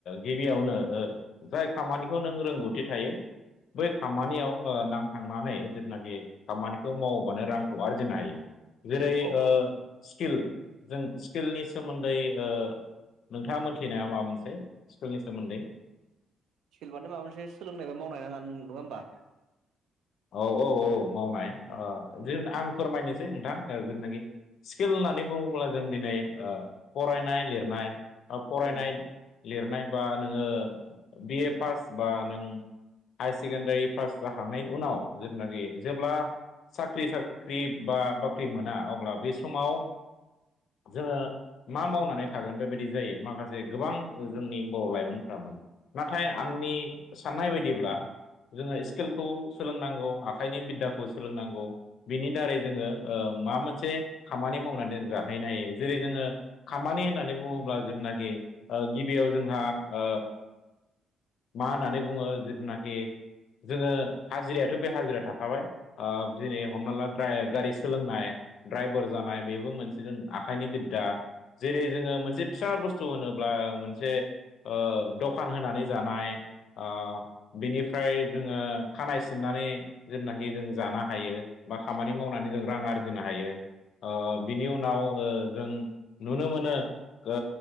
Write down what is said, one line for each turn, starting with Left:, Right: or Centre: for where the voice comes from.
Left: गिबियावनो जाय खामानिखौ नों रोंगौथि थायो बै खामानियाव ओ नां जिनाखि खामानिखौ मावोबानो रांखौ आरजिनो हायो जेरै
Right: नंगौ
Left: ओ स्किल जों स्किलनि सोमोन्दै ओ नोंथाङा मोनथिनाया माबा मोनसे स्किलनि सोमोन्दै
Right: सेलबानो माबा मोनसे सोलोंनाय बा मावनाय होनना नंङा होमबा
Left: औ औ औ मावनाय
Right: उम
Left: आ
Right: उम
Left: जों आं फोरमायनोसै नोंथां जोंनाखि स्किल होननानै बुङोब्ला जों दिनै ओ फरायनाय लिरनाय फरायनाय
Right: औ
Left: लिरनाय बा नोङो बिए पास बा नों हायार सेकेणडारि पास जाखांनायनि उनाव जेनाखि जेब्ला साख्रि साख्रि बा बाख्रि मोना अब्ला बे समाव जोङो मा मावनानै थागोन बेबायदि जायो माखासे गोबां जोंनि बर' लाइमोनफ्राबो नाथाय आंनि साननाय बायदिब्ला जोङो स्किलखौ सोलोंनांगौ आखाइनि बिद्दाखौ सोलोंनांगौ बिनि दारै जोङो ओ मा मोनसे खामानि मावनानै जाहैनो हायो जेरै जोङो खामानि होननानै बुङो ब्ला जेनाखि गिबियाव जोंहा ओ मा होननानै बुङो जिथुनाखि जोङो हाजिरायाथ' बे हाजिरा थाखाबाय ओ जिनै हमना द्राय गारि सोलोंनाय ड्राइभार जानाय बेबो मोनसे जों आखाइनि बिद्दा जेरै जोङो मोनसे फिसा बुस्थु होनोब्ला मोनसे ओ दखान होनानै जानाय आ बिनिफ्राय जोङो खानाय सिननानै जेनाखि जों जानो हायो बा खामानि मावनानै जों रां आरजिनो हायो ओ बिनि उनाव ओ जों नुनो मोनो ओ